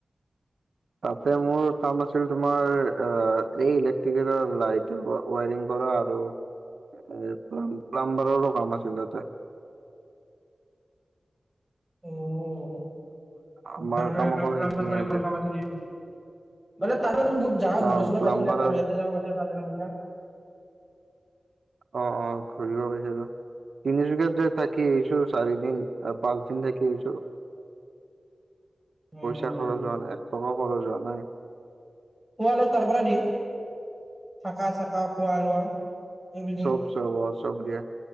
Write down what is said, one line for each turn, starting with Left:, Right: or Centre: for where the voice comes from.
Right: তাতে মোৰ কাম আছিল তোমাৰ অ', এই ইলেক্ট্ৰটিকেলৰ লাইটৰ ৱায়ৰিং কৰা আৰু এ প্লাম-প্লাম্বাৰৰো কাম আছিল তাতে।
Centre: অ', <unintelligible>
Right: আমাৰ কাম অকল
Centre: কাম
Right: সেইখিনিয়ে
Centre: আছিল। মানে তাততে তুমি বহুত জাগা ঘূৰিব
Right: অ'
Centre: চুৰিব
Right: প্লাম্বাৰ
Centre: পাইছিলা আৰু ইয়াতে যাব পৰা তাতে যাব <unintelligible>
Right: অ', অ', ঘূৰিব পাইছিলোঁ। তিনিচুকীয়াত যায় থাকি আহিছোঁ চাৰি দিন আৰু পাঁচ দিন থাকি আহিছোঁ।
Centre: উম।
Right: পইচা খৰচ হোৱা নাই এক টকায়ো খৰচ হোৱা নাই।
Centre: খুৱ লোৱা তাৰ পৰা দিয়ে থাকা চাকা খোৱা লোৱা। এভথিং
Right: চব চব অ চব দিয়ে